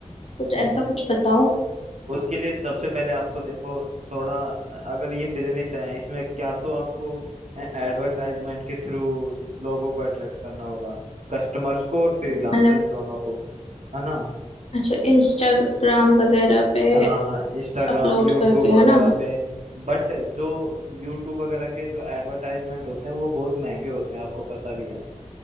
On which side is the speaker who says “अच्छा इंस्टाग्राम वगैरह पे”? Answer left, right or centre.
Left